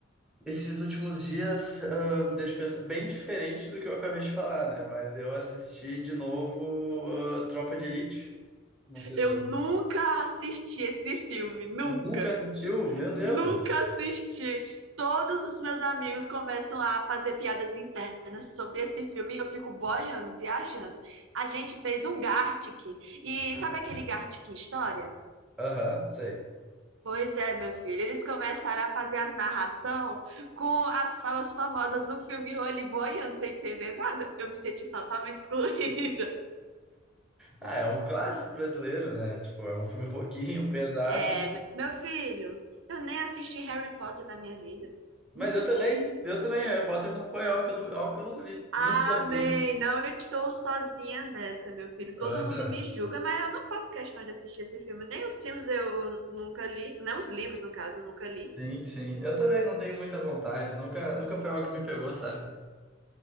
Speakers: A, in the centre; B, on the right (about 65°).
A: Esses últimos dias, ahn, deixa eu pensar, bem diferente do que eu acabei de falar, né? Mas eu assisti de novo, ah, Tropa de Elite. Não sei
B: Eu
A: se eu
B: nunca assisti esse filme, nunca.
A: Nunca assistiu? Meu Deus!
B: Nunca assisti. Todos os meus amigos começam a fazer piadas internas sobre esse filme e eu fico boiando, viajando. A gente fez um Gartic. E sabe aquele Gartic História?
A: Aham, sei.
B: Pois é, meu filho. Eles começaram a fazer as narração com as falas famosas do filme Olho Boi, eu não sei entender nada. Eu me senti totalmente excluída. <laughs>
A: Ah, é um clássico brasileiro, né? Tipo, é um filme um pouquinho <laughs> pesado.
B: É, meu filho, eu nem assisti Harry Potter na minha vida.
A: Mas
B: Nunca
A: eu
B: assisti.
A: também, eu também, Harry Potter não foi algo que eu, nu- algo que eu nunca vi.
B: Amém.
A: Nunca gostei.
B: Não estou sozinha nessa, meu filho.
A: Aham.
B: Todo mundo me julga, mas eu não faço questão de assistir esse filme. Nem os filmes eu nunca li, não os livros, no caso, eu nunca li.
A: Sim, sim. Eu também não tenho muita vontade. Nunca, nunca foi algo que me pegou, sabe?